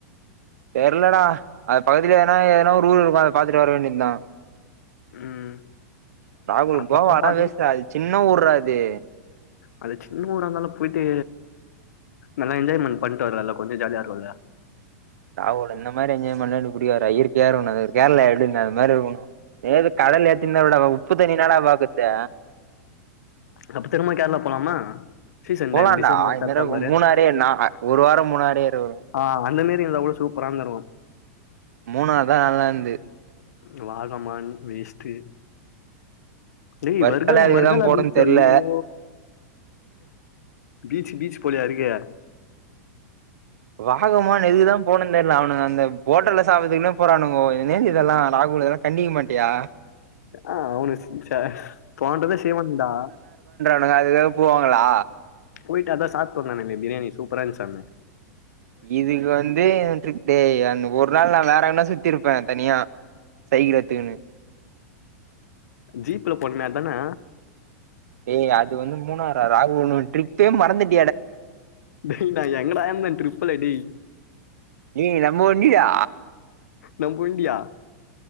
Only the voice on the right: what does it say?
தெர்லடா அது பக்கத்திலே எனா எதனா ஒரு ஊர் இருக்கு அதே பாத்துட்டு வர வேண்டித்தா
<unintelligible>
கோவா
ஆனா
வேஸ்ட்ரா அது சின் இன்னா ஊற்றா அது
நா ஒடனம் இன்மாரி அன்யாயோ பண்ணா எனக்கு புடிக்காத்றா இயற்கியா இருக்குனோ கேர்ளா எப்டி இந் அந் மாரி இருக்குனோ எதாவ்து கடல் <unintelligible> உப்பு தண்ணி இன்னாடா பாக்குற்தே
போலான்டா
இந்நேரோ
மூணாரே நா ஒரு வாரோ மூணாரே இருக்கணு
மூணாறு தா நல்லா இருந்துது
ஒர்க்கெல்லா
எதுக்குதா
போனோன்னு
தெர்ல
வாகமான் ஏதுக்கு தா போனுன் தெர்ல அவனுங்க அந்த போட்டல்ல சாப்படுதுக்குமே போறானுங்க எ நேது இதல்லா ராகுலு இதெல்லா கண்டிக்க மாட்டியா
ங்க அதுக்காக போவாங்களா
இதுக்கு வந்து த்ரிப் டேய் அந்த ஒரு நாள் நான் வேற எங்கன்னா சுத்தி இருப்பேன் தனியா சைக்கிள் எத்துக்குனு
டேய் அது வந்து மூணாறா ராகுல்னு உன் ட்ரிப்பே மறந்துட்
ஏ நம்ப வண்டிடா